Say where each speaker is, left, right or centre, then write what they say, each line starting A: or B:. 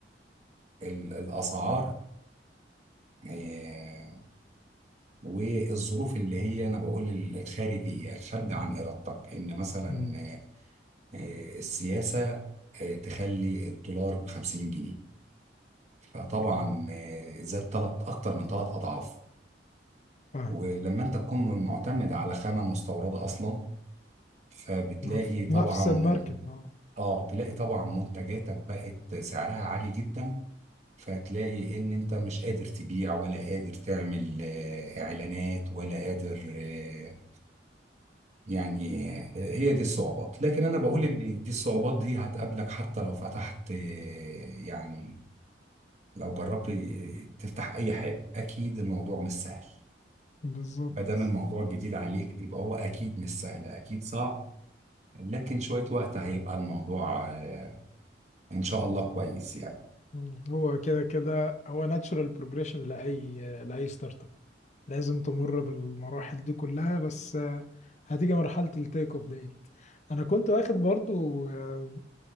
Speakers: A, on the right; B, on the left.
A: ال- الاسعار آه، والظروف اللي هي انا بقول الخارجيه الخارجه عن ارادتك ان مثلا
B: مم.
A: آه، آه، السياسه آه، تخلي الدولار ب 50 جنيه فطبعا
B: مم.
A: آه، زاد ثلاث اكتر من ثلاث اضعاف
B: فاهمك
A: ولما انت تكون معتمد على خامة مستوردة اصلا فبتلاقي
B: ما في
A: طبعا
B: نفس
A: من...
B: المركب اه
A: اه تلاقي طبعا منتجاتك بقت سعرها عالي جدا فتلاقي ان انت مش قادر تبيع ولا قادر تعمل آه، اعلانات ولا قادر آه، يعني آه، هي دي الصعوبات لكن انا بقول
B: مهم.
A: ان دي الصعوبات دي هتقابلك حتى لو فتحت آه، يعني لو جربت آه، تفتح اي حاجة اكيد الموضوع مش سهل
B: بالظبط
A: ما دام الموضوع جديد عليك يبقى هو اكيد مش سهل اكيد صعب لكن شوية وقت هيبقى الموضوع آه، إن شاء الله كويس يعني
B: مم. هو كده كده هو ناتشورال بروجريشن لاي لاي ستارت اب لازم تمر بالمراحل دي كلها بس آه، هتيجي مرحله التيك اوف ديت انا كنت واخد برضو آه،